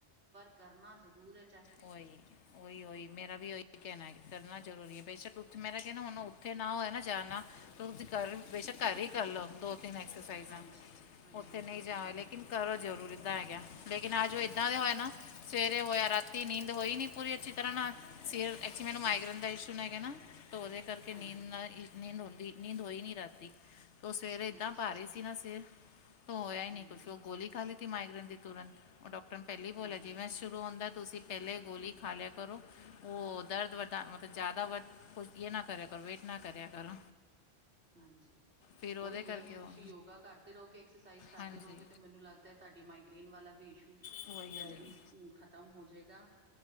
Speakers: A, on the right; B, on the left.
A: ਪਰ ਕਰਨਾ ਜ਼ਰੂਰ ਏ।
B: <unintelligible> ਓਈ ਓਈ ਮੇਰਾ ਵੀ ਓਈ ਕਹਿਣਾ ਕਰਨਾ ਜ਼ਰੂਰੀ ਏ ਬੇਸ਼ੱਕੱ ਉੱਥੇ ਮੇਰਾ ਕਹਿਣਾ ਹੁਣ ਉੱਥੇ ਨਾ ਹੋਆ ਨਾ ਜਾਣਾ ਫ ਤੁਸੀਂ ਕਰ ਬੇਸ਼ੱਕ ਘਰ ਈ ਕਰ ਲਓ ਦੋ ਤਿੰਨ ਐਕਸਰਸਾਈਜਾਂ,
A: ਹਾਂਜੀ ਹਾਂਜੀ
B: ਉੱਥੇ
A: ਉਹ ਤੇ
B: ਨਈ
A: ਹੈ
B: ਜਾ
A: ਹੀ
B: ਲੇਕਿਨ
A: ਹੈ
B: ਕਰੋ ਜ਼ਰੂਰ ਇੱਦਾਂ ਹੈਗਾ, ਲੇਕਿਨ ਅੱਜ ਉਹ ਏਦਾਂ ਦੇ ਹੋਇਆ ਨਾ, ਸਵੇਰੇ ਹੋਇਐ, ਰਾਤੀ ਸੀ ਨੀਂਦ ਹੋਈ ਨੀ ਪੂਰੀ ਅੱਛੀ ਤਰ੍ਹਾਂ ਨਾਲ, ਸਿਰ ਐਕਸੀਮੈਨ ਮਾਈਗ੍ਰੇਨ
A: ਹਾਂਜੀ
B: ਦਾ ਇਸ਼ੂ ਨਾ ਹੈਗੈ ਨਾ, ਤੋ ਓਦੇ। ਕਰਕੇ
A: ਹਾਂਜੀ
B: ਨੀਂਦ
A: ਹਾਂਜੀ
B: ਨਾ, ਨੀਂਦ ਹੁੰਦੀ, ਨੀਂਦ ਹੋਈ ਨੀ ਰਾਤੀ। ਤੋਂ ਸਵੇਰੇ ਏਦਾਂ
A: ਅੱਛਾ
B: ਭਾਰੀ
A: ਜੀ,
B: ਸੀ ਨਾ ਸਿਰ, ਧੋਇਆ ਈ ਨੀ,
A: ਹਾਂਜੀ,
B: ਪਰਸੋਂ ਗੋਲੀ ਖਾਲੀ। 'ਤੇ ਮਾਈਗਰੇਨ ਦੀ ਤੁਰੰਤ, ਔਰ ਡੋਕਟਰ ਨੇ ਪੈਲੇ ਬੋਲੇਆ,
A: ਹਾਂਜੀ,
B: ਜਿਵੇਂ ਸੁਰੂ ਹੁੰਦੈ ਤੁਸੀਂ ਪੈਲੇ ਗੋਲੀ ਖਾ ਲਿਆ ਕਰੋ, ਓਹ ਦਰਦ ਵਰੱਧਾ ਮਤਲਬ ਜਾਦਾ ਵੱਧ ਕੁਛ ਯੇ ਨਾ ਕਰਿਆ ਕਰੋ ਵੇਟ ਨਾ ਕਰਿਆ ਕਰੋ।
A: ਹਾਂਜੀ।
B: ਫਿਰ ਉਹਦੇ
A: ਓਈ
B: ਕਰਕੇ
A: ਐ, ਹੁਨ
B: ਉਹ
A: ਤੁਸੀਂ ਯੋਗਾ ਕਰਦੇ ਰੋਗੇ, ਐਕਸਰਸਾਈਜ਼ ਕਰਦੇ
B: ਹਾਂਜੀ
A: ਰੋਗੇ, 'ਤੇ ਮੈਨੂੰ ਲੱਗਦੈ ਤੁਹਾਡੀ ਏਅ ਮਾਈਗ੍ਰੇਨ ਵਾਲਾ ਵੀ ਇਸ਼ੂ
B: ਕੋਈ ਗੱਲ ਨੀ।
A: ਹੁਨ ਖਤਮ ਹੋ ਜੇਗਾ।